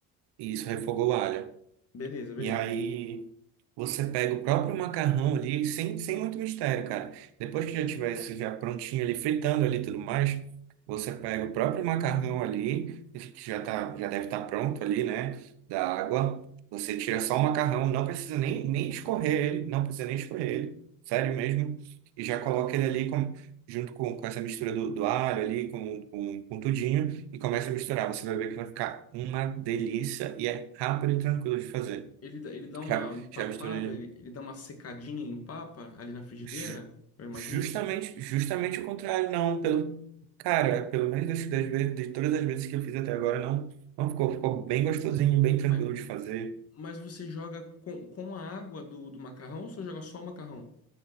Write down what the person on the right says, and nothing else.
Isso, refogou o alho.
E aí. Você pega o próprio macarrão ali, sem, sem muito mistério, cara. Depois que já tiver já prontinho ali, fritando ali e tudo mais, você pega o próprio macarrão ali, que já tá, já deve estar pronto ali, né? Da água. Você tira só o macarrão, não precisa nem, nem escorrer ele, não precisa nem escorrer ele, sério mesmo. E já coloca ele ali com- junto com, com essa mistura do, do alho ali, com, com, com tudinho, e começa a misturar. Você vai ver que vai ficar uma delícia e é rápido e tranquilo de fazer.
Já,
já misturei.
Ju-
Justamente, justamente o contrário, não. Pelo, cara, pelo menos das, das vezes, de todas as vezes que eu fiz até agora, não, não ficou. Ficou bem gostosinho, bem tranquilo
de fazer.